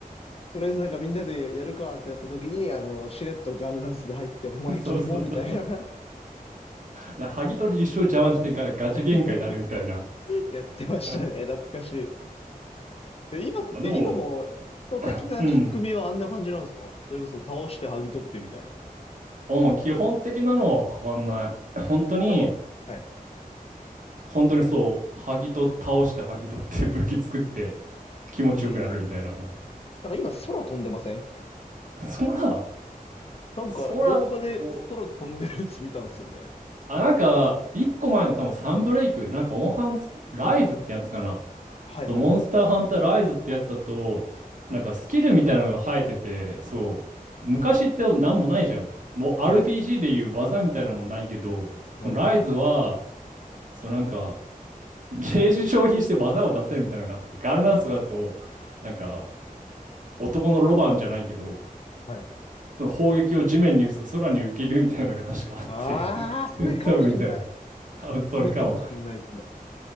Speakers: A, on the left; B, on the right.
A: とりあえずなんかみんなでやるかってなった時に、あの、しれっとガールダンスで入って、お前キモみたいな
B: <laughs> そうそうそう。な、剥ぎ取り一生邪魔してがガチ喧嘩になるみたいな。
A: <laughs> やってましたね。
B: <laughs>
A: 懐かしい。で、今って、
B: まあでも、
A: 今も、人的な仕組みはあんな感じなんですかそれこそ倒して剥ぎ取ってみたいな。
B: うん。うん、基本的なのは変わんない。本当に、
A: でもなんか、はい。
B: 本当にそう、剥ぎと倒して剥ぎ取って武器作って気持ちよくなるみたいな。
A: えー、なんか今空飛んでません
B: 空、
A: なんか動画で空飛んでるやつ見たんですよね。
B: 空と、あ、なんか、一個前の多分サンブレイク、なんか、オンハンス、ライズってやつかな。
A: はいはいはい。
B: そう、モンスターハンターライズってやつだと、
A: はい。
B: なんかスキルみたいなのが生えてて、そう、昔ってなんもないじゃん。もう RPG
A: ないっすね。
B: でいう技みたいなのもないけど、
A: ないない。
B: そのライズは、そうなんか、ゲージ消費して技を出せるみたいなのがあって、ガンランスとかだと、なんか、男のロバンじゃないけど、
A: はい。
B: その砲撃を地面に打つと空に浮けるみたいなのが確かあって、
A: ああ、
B: <laughs>
A: それかもしんない。
B: 吹っ飛ぶみたいな。多分それかも。
A: それかもしんないですね。